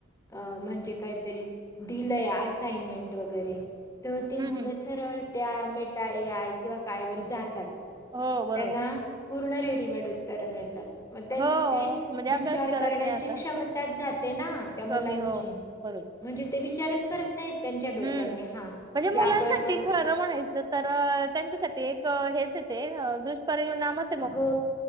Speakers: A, on the left (about 15°); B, on the right (about 20°).
A: म्हणजे काहीतरी दिलंय असायन्टमेंट वगैरे तर ते
B: हम्म
A: मुलं
B: हम्म
A: सरळ त्या मेटा, एआय किंवा काय वर जातात.
B: हो बरोबर
A: त्यांना पूर्ण रेडिमेट उत्तर मिळतात. मग त्यांची
B: हो
A: ते
B: म्हणजे अभ्यास
A: विचार
B: करत
A: करण्याची
B: नाही आता
A: क्षमता जाते. ना त्या मुलांची
B: कमी हो बरोबर
A: म्हणजे ते वि चार रच करत नाहीत त्यांच्या डोक्याने
B: हम्म
A: हा
B: म्हणजे
A: की
B: मुलांसाठी
A: आपण मग
B: खरं म्हणायचं तर, त्यांच्यासाठी एक हेच आहे ते दुष्परि परिणामच
A: हो